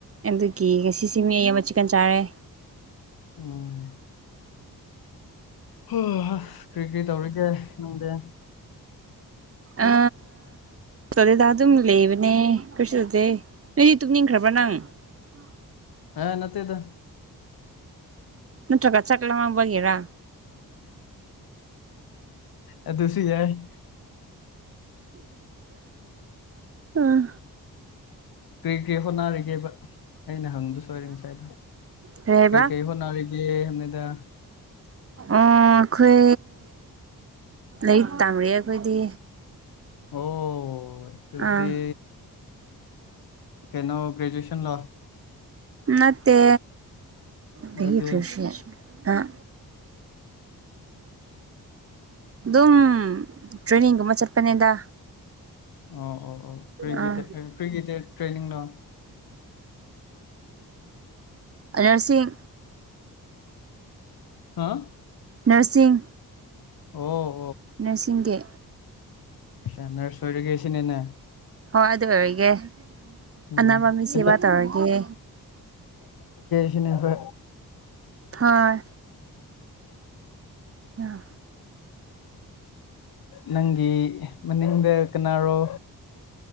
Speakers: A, on the right; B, on the left.
A: ꯑꯗꯨꯒꯤ ꯉꯁꯤꯁꯤ ꯃꯤ ꯑꯩ ꯑꯃ ꯆꯤꯛꯀꯟ ꯆꯥꯔꯦ
B: ꯑꯣ ꯍꯣꯏ ꯍꯣꯏ ꯍꯁ ꯀꯔꯤ ꯀꯔꯤ ꯇꯧꯔꯤꯒꯦ ꯅꯨꯡꯗꯤ
A: ꯑ ꯆꯂꯦꯗ ꯑꯗꯨꯝ ꯂꯩꯕꯅꯦ ꯀꯩꯁꯨꯗꯦ ꯅꯣꯏꯗꯤ ꯇꯨꯝꯅꯤꯡꯈ꯭ꯔꯕ꯭ꯔꯥ ꯅꯪ ꯑ
B: ꯍꯥꯏ ꯅꯠꯇꯦꯗ
A: ꯅꯠꯇ꯭ꯔꯒ ꯆꯥꯛ ꯂꯥꯝꯃꯕꯒꯤꯔ
B: ꯑꯗꯨꯁꯨ ꯌꯥꯏ
A: ꯑꯨꯝ
B: ꯀꯔꯤ ꯀꯔꯤ ꯍꯣꯠꯅꯔꯤꯒꯦꯕ ꯑꯩꯅ ꯍꯪꯕꯁꯣꯔꯦ ꯉꯁꯥꯏꯗꯣ
A: ꯀꯩꯔꯤ ꯍꯥꯏꯕ
B: ꯀꯩꯀꯩ ꯍꯣꯠꯅꯔꯤꯒꯦ ꯍꯥꯏꯕꯅꯤꯗ
A: ꯑꯣ ꯑꯩꯈꯣꯏ ꯂꯥꯏꯔꯤꯛ ꯇꯝ ꯑꯩꯈꯣꯏꯗꯤ
B: ꯑꯣ ꯑꯗꯨꯗꯤ
A: ꯑꯥ
B: ꯀꯩꯅꯣ ꯒ꯭ꯔꯦꯖꯨꯌꯦꯁꯟ ꯂꯣ
A: ꯅꯠꯇꯦ ꯀ
B: ꯑꯗꯨꯗꯤ
A: ꯐꯁꯤ ꯑꯥ ꯑꯗꯨꯝ ꯇ꯭ꯔꯦꯅꯤꯡꯒꯨꯝꯕ ꯆꯠꯄꯅꯦꯗ
B: ꯑꯣ ꯑꯣ ꯑꯣ ꯀ꯭ꯔꯤꯒꯤ
A: ꯑꯥ
B: ꯀ꯭ꯔꯤꯒꯤꯇ ꯇ꯭ꯔꯦꯅꯤꯡꯅꯣ
A: ꯅꯔꯁꯤꯡ
B: ꯍꯥ
A: ꯅꯔꯁꯤꯡ
B: ꯑꯣ
A: ꯅꯔꯁꯤꯒꯤ
B: ꯁꯅꯔ ꯁꯣꯏꯔꯒꯁꯤꯅꯤꯅꯦ
A: ꯀꯥꯏꯗ ꯑꯣꯏꯔꯒꯦ
B: ꯎꯝ
A: ꯑꯅꯕ ꯃꯤ ꯁꯦꯕꯥ
B: ꯍꯤꯗꯥꯛ
A: ꯇꯧꯔꯒꯦ
B: ꯑꯗꯨꯅꯕ
A: ꯍꯣꯏ ꯑꯥ
B: ꯅꯪꯒꯤ ꯃꯅꯤꯡꯗ ꯀꯅꯥꯔꯣ